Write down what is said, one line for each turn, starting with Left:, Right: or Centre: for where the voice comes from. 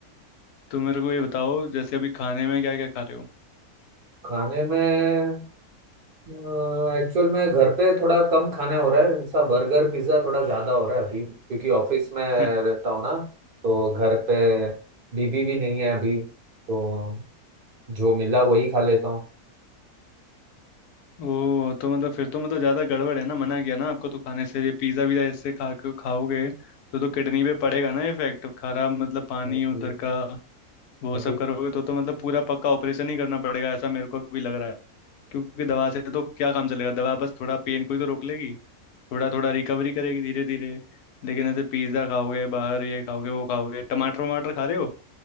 Left: तो मेरे को ये बताओ जैसे अभी खाने में क्या क्या खा रहे हो
Right: खाने में एक्चुअल में घर पे थोड़ा कम खाने हो रहा है ऐसा बर्गर पिज्जा थोड़ा ज्यादा हो रहा है अभी क्योंकि ऑफिस में
Left: <laughs>
Right: रहता हूँ ना तो घर पे बीबी भी नहीं है अभी तो जो मिला वही खा लेता हूँ
Left: ओ तो मतलब फिर तो मतलब ज्यादा गड़बड़ है ना मना किया ना आपको तो खाने से ये पिज्जा वीजा ऐसे खा के खाओगे तो तो किडनी पे पड़ेगा ना इफेक्ट खराब मतलब पानी
Right: अभी
Left: उधर का वो
Right: अभी
Left: सब करोगे तो तो मतलब पूरा पक्का ऑपरेशन ही करना पड़ेगा ऐसा मेरे को भी लग रहा है क्योंकि दवा से तो क्या काम चलेगा दवा बस थोड़ा पेन को ही तो रोक लेगी थोड़ा थोड़ा रिकवरी करेगी धीरे धीरे लेकिन ऐसे पिज्जा खाओगे बाहर ये खाओगे वो खाओगे टमाटर वमाटर खा रहे हो